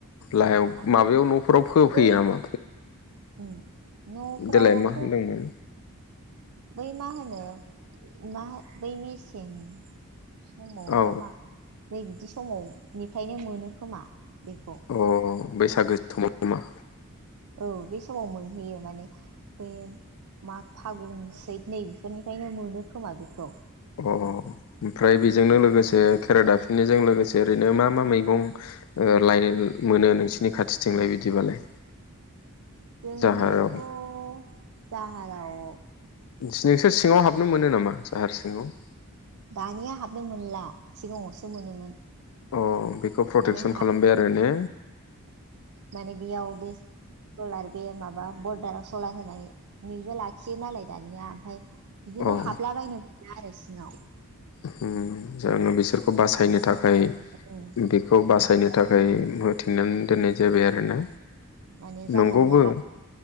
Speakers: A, on the left; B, on the right.
A: लाहायाव
B: ओमफ्राय
A: माबायाव न'फोराव फोफैयो
B: बै
A: नामा?
B: उम न'फ्रावथ'
A: देलाय मा होनदोंमोन
B: बै मा होनो मा बै मेसें समाव
A: औ
B: ना मा नै बिदि समावनिफायनो मोनो खोमा बेखौ
A: अ बैसागो समाव नामा?
B: औ बे समाव मोनहैयो माने बे माग फागुन नै बेफोरनिफ्रायनो मोनो खोमा बेखौ
A: अ अ ओमफ्राय बेजोंनो
B: नैबेनिफ्राय
A: लोगोसे खेरा दाफिननायजों लोगोसे ओरैनो मा मा? मैगं ओ लायनाय मोनो नोंसिनि खाथिथिंलाय बिदिबालाय
B: जोंनियाथ'
A: जाहाराव
B: जाहाराव
A: नोंसोर सिंङाव हाबनो मोनो नामा जाहार सिंङाव
B: दानिया हाबनो मोनला सिंगाङावसो मोनोमोन।
A: अ बेखौ प्रटेकसन
B: माने हा
A: खालामबाय आरो ने
B: माने बेयाव बे सलार बे माबा बरदार सलार होनायनिबो लाखियो नालाय दानिया, ओमफाय बिदिनो
A: अ
B: हाबलाबायनो ना आरो सिङाव।
A: होम जानो बिसोर खौ बासायनो
B: उम
A: थाखाय
B: उम
A: बेखौ बासायनो
B: माने
A: थाखाय होथिनानै दोननाय जाबाय आ रोना
B: माने जानला
A: नंगौबो।
B: मोनला हाब